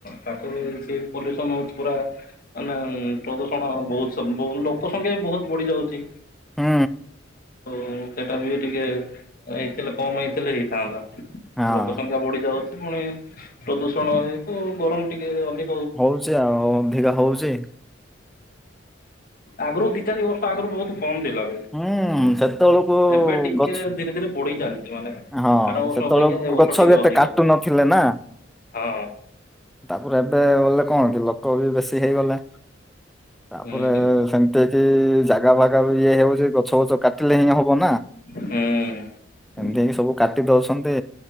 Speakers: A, on the left; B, in the centre.
A: ତାକୁ ବି ସିଏ ବି ପଲ୍ୟୁସନ ହଉଛି ପୁରା ମାନେ ପ୍ରଦୂଷଣ ବହୁ ଲୋକ ସଂଖ୍ୟା ବି ବହୁତ ବଢି ଯାଉଛି।
B: ହୁଁ
A: ତ ସେଟା ବି ଟିକେ ହେଇଥିଲେ କମ ହେଇଥିଲେ ହେଇଥାନ୍ତା ଆଉ
B: ହଁ।
A: ଲୋକ ସଂଖ୍ୟା ବଢି ଯାଉଛି ପୁଣି ପ୍ରଦୂଷଣ ଯେହେତୁ ଗରମ ଟିକେ ଅଧି
B: ହଉଛି ଆଉ ଅଧିକା ହଉଛି।
A: ଆଗରୁ ଦି ଚାରି ବର୍ଷ ଆଗରୁ ବହୁତ କମଥିଲା
B: ହୁଁ ସେତେବେଳକୁ
A: ଏବେ ଟିକେ
B: ଗଛ
A: ଧୀରେ ଧୀରେ ବଢି ଚାଲିଛି ମାନେ
B: ହଁ
A: ଆର ବର୍ଷ
B: ସେତେବେଳେ
A: ଅପେକ୍ଷା ଏ ବର୍ଷ
B: ଗଛବି
A: ଟିକେ ଅଧିକ
B: ଏତେ କାଟୁ ନଥିଲେ ନା।
A: ହଁ
B: ତାପରେ ଏବେ ବୋଲେ କଣକି ଲୋକବି ବେଶୀ ହେଇଗଲେ ତାପରେ
A: ହୁଁ
B: ସେମତି କି ଜାଗା ଫାଗାବି ଇଏ ହଉଛି ଗଛ ପଛ କାଟିଲେ ହିଁ ହବ ନା
A: ହୁଁ।
B: ଏମିତି ହେଇକି ସବୁ କାଟି ଦଉଛନ୍ତି